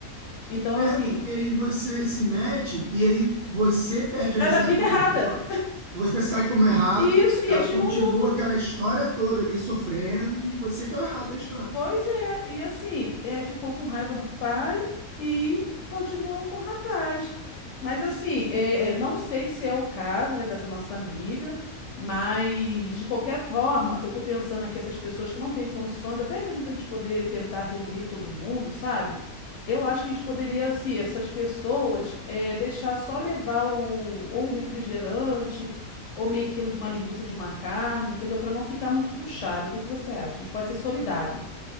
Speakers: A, on the left; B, on the right.
A: Então,
B: É,
A: assim,
B: porque aí você se mete e aí você perde a
A: ela
B: amizade
A: fica
B: com
A: errada.
B: a pessoa. e você sai como errado,
A: Isso, e
B: ela
A: eles ficam
B: continua
A: juntos.
B: aquela história toda ali sofrendo e você que é o errado da história.
A: Pois é, e assim, é, ficou com raiva do pai e continuou com o rapaz. Mas assim, é, é, não sei se é o caso, né, dessa nossa amiga, mas de qualquer forma, eu tô pensando aqui essas pessoas que não têm condições, até mesmo para a gente poder tentar reunir todo mundo, sabe? Eu acho que a gente poderia, assim, essas pessoas é, deixar só levar o, ou um refrigerante ou meio quilo de uma linguiça, de uma carne, entendeu? Para não ficar muito puxado. O que que você acha? A gente pode ser solidário